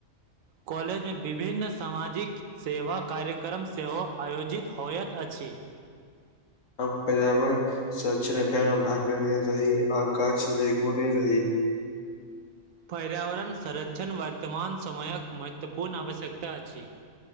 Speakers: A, on the right (about 75°); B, on the left (about 70°).
A: कॉलेज मे विभिन्न सामाजिक सेवा कार्यक्रम सेहो आयोजित होइत अछि
B: हम पर्यावरण संरक्षण अभियान मे भाग लेने रही आ गाछ लेगोने रही
A: पर्यावरण संरक्षण वर्तमान समयक महत्वपूर्ण आवश्यकता अछि